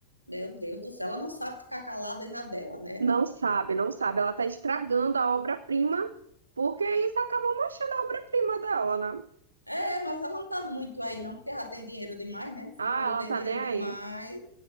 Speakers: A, on the right; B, on the right.
A: Meu Deus do céu, ela não sabe ficar calada aí na dela, né?
B: Não sabe, não sabe. Ela tá estragando a obra-prima, porque isso acaba manchando a obra-prima dela, né?
A: É, mas ela não tá muito aí, não, porque já tem dinheiro demais, né? Esse
B: Ah,
A: povo
B: ela
A: tem
B: tá
A: dinheiro
B: nem aí.
A: demais.